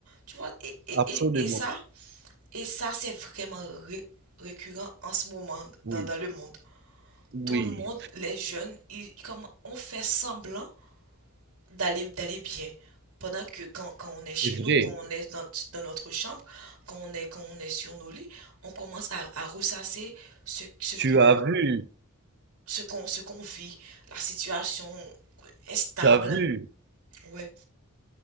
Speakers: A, on the right (about 70°); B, on the right (about 50°).
A: Tu vois, et, et,
B: absolument.
A: et, et ça, et ça, c'est vraiment ré- récurrent en ce moment
B: Oui,
A: dans, dans le monde
B: oui,
A: tout le monde, les jeunes, ils, comme, on fait semblant d'aller d'aller bien. Pendant que quand, quand on est
B: c'est
A: chez nous,
B: vrai.
A: quand on est dans, dans notre chambre, quand on est, quand on est sur nos lits, on commence à, à ressasser ce, ce
B: Tu
A: que
B: as vu,
A: ce qu'on ce qu'on vit, la situation instable.
B: tu as vu.
A: Ouais,